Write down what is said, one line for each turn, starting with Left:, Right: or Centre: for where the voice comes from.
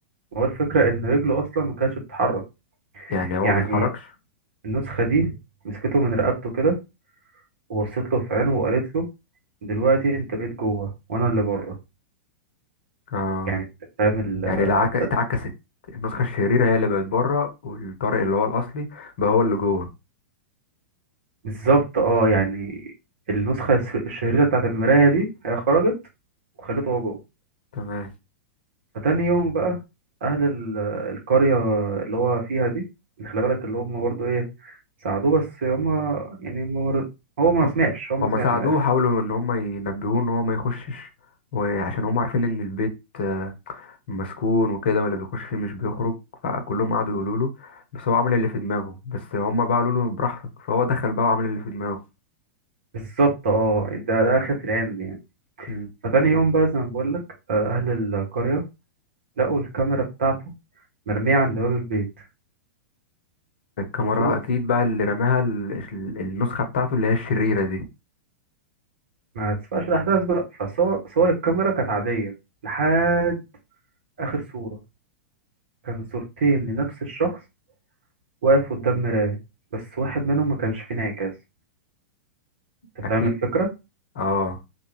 Right: هو الفكرة إن رجله أصلا ما كانتش بتتحرك
Left: يعني هو
Right: يعني
Left: ما بيتحركش
Right: النسخة دي مسكته من رقبته كده وبصيت له في عينه وقالت له دلوقتي انت بقيت جوه وانا اللي بره
Left: اه
Right: يعني انت فاهم ال-
Left: يعني العك... اتعكست
Right: ف-
Left: النسخة الشريرة هي اللي بقت بره والطارق اللي هو الأصلي بقى هو اللي جوه
Right: بالظبط اه يعني النسخة الس- الشريرة بتاعت المراية دي هي خرجت وخلته هو جوه
Left: تمام
Right: فتاني يوم بقى أهل ال- القرية اللي هو فيها دي اللي خلي بالك اللي هم برضو ايه ساعدوه بس هم يعني ما مر... هو ما
Left: هم-
Right: سمعش هو ما
Left: هما
Right: سمعش
Left: ساعدوه
Right: من الآخر
Left: حاولوا ان هما ينبهوه ان هو ما يخشش وعشان هما عارفين ان البيت آه، مسكون وكده واللي بيخش فيه مش بيخرج فكلهم قعدوا يقولوا له بس هو عمل اللي في دماغه بس هما بقى قالوا له براحتك فهو دخل بقى وعمل اللي في دماغه
Right: بالظبط اه يعني ده ده آخرة العين دي يعني
Left: مم.
Right: فتاني يوم بقى زي ما بقول لك آه، أهل القرية لقوا الكاميرا بتاعته مرمية عند باب البيت
Left: الكاميرا
Right: وصور
Left: اكيد بقى اللي رماها ال- ال- النسخه بتاعته اللي هي الشريره دي
Right: ما تسبقش الأحداث بقى فصور صور الكاميرا كانت عادية لحد آخر صورة كان صورتين لنفس الشخص واقف قدام مراية بس واحد منهم ما كانش فيه انعكاس أنت
Left: اكيد
Right: فاهم الفكرة؟
Left: اه